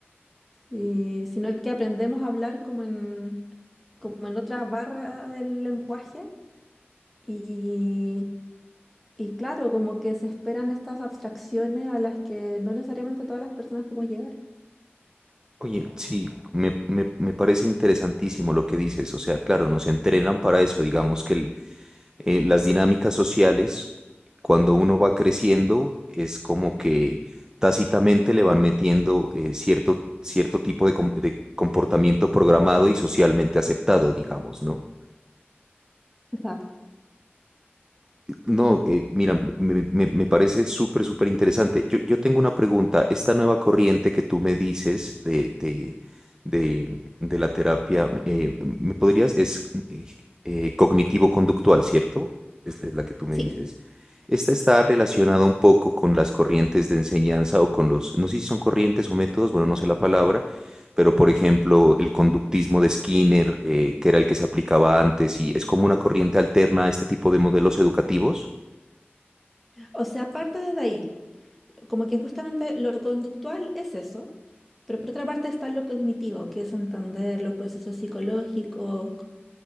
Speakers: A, in the centre; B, on the right (about 15°).
A: y- sino que aprendemos a hablar como en, como en otras barras del lenguaje y, y claro, como que se esperan estas abstracciones a las que no necesariamente todas las personas podemos llegar.
B: Oye, sí, me, me- me parece interesantísimo lo que dices. O sea, claro, nos entrenan para eso. Digamos que el- eh, las dinámicas sociales, cuando uno va creciendo, es como que tácitamente le van metiendo eh, cierto, cierto tipo de, com- de comportamiento programado y socialmente aceptado, digamos, ¿no?
A: Exacto.
B: No,
A: Sí,
B: eh, mira, me, me- me parece súper, súper interesante. Yo, yo tengo una pregunta. Esta nueva corriente que tú me dices de, de, de, de la terapia, eh, ¿me podrías? Es eh, eh, cognitivo-conductual, ¿cierto? Esta es la que tú me
A: Sí,
B: dices. Esta está relacionada un poco con las corrientes de enseñanza o con los, no sé si son corrientes o métodos, bueno, no sé la palabra, pero por ejemplo, el conductismo de Skinner, eh, que era el que se aplicaba antes, y es como una corriente alterna a este tipo de modelos educativos.
A: o sea, aparte desde ahí, como que justamente lo conductual es eso, pero por otra parte está lo cognitivo, que es entender los procesos psicológicos,